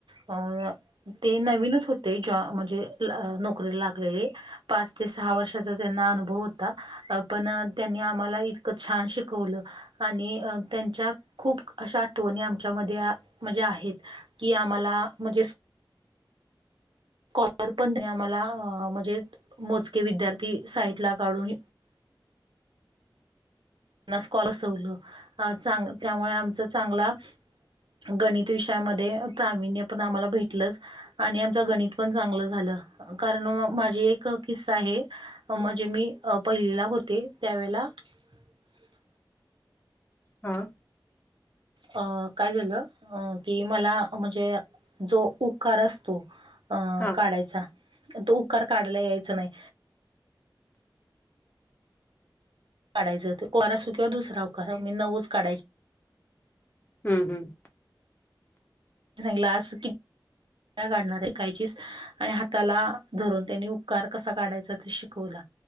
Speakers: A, on the right; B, on the left.
A: अ ते नवीनच होते ज म्हणजे नोकरीला लागलेले. पाच ते सहा वर्षाचा त्यांना अनुभव होता. पण त्यांनी आम्हाला इतकं छान शिकवलं आणि. त्यांच्या खूप अशा आठवणी आमच्यामध्ये म्हणजे आहेत की आम्हाला म्हण स्ॉलर पण आम्हाला म्हणजे मोजके विद्यार्थी साईट ला काढून स् कॉलसवलं चां त्यामुळे आमचा चांगला गणित विषयामध्ये प्रावीण्य पण आम्हाला भेटलंच. आणि आमच गणित पण चांगलं झालं कारण माझी एक किस्सा आहे. म्हणजे मी पहिलेला होते त्यावेेळेला हो.
B: हा.
A: अ काय झालं अ की मला म्हणजे जो उकार असतो अ
B: हा
A: काढायचा तो उकार काढला यायच नाही. काढायं होरा अस कंवा दुसरावकारा मी नवच काढाच
B: हम्म हम्म.
A: सांगलास किती काढणार आहे कायचीस आणि हाताला धरून त्यांनी उकार कसा काढायचा ते शिकवला.